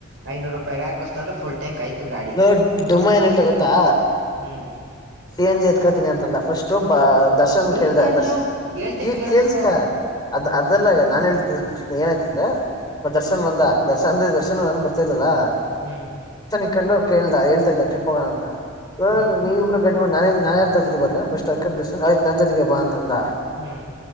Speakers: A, on the right (about 70°); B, on the left (about 20°).
A: ಐನೂರು ರೂಪಾಯಿ ಹಾಕಸ್ತ ಅಂದ್ರ ಫುಲ್ ಟ್ಯಾಂಕ್ ಆಯ್ತು ಗಾಡಿ
B: ನೋ ಡಮ್ಮ ಏನ್ಳ್ತ ಗೊತ್ತಾ
A: ಹ್ಮ್
B: ಸೇಂಜಿ ಎತ್ಕತಿನಿ ಅಂದ ಫಸ್ಟ್ ಷ್ಟೊಬ್ಬ ದರ್ಶನ್
A: ಹೂ
B: ಕೇಳ್ದ
A: ಕಣ್ಲಾ
B: ದರ್ಶ
A: ಹೇಳ್ತೀನ್ ಕೇಳಸ್ಕೊ
B: ಕೇಳಸಕಾ ಅದ
A: ಹ್ಮ್
B: ಅದಲ್ಲ ನಾನನ್ ಹೇಳ್ತ ಏನಾಯ್ತಂದ್ರೆ ದರ್ಶನ್ ಬಂದ ದರ್ಶನ್ ಅಂದ್ರೆ ದರ್ಶನ್ ನನ್ ಬರ್ತಿದಲ್ಲಾ
A: ಹ್ಮ್
B: ಹಕೊಂಡು ಕೇಳ್ದ ಹೇಳ್ತಾ ಇದ್ದ ಟ್ರಿಪ್ ಹೋಗೋಣ ಅಂತ
A: ಹ್ಮ್
B: ನೀವು ಇಬ್ಬರು ನ ನನ್ ಯಾರ ಬಲ್ಲಫಯ್ ನ ಜೊತೆಗೆ ಬಾ ಅ
A: ಹ್ಮ್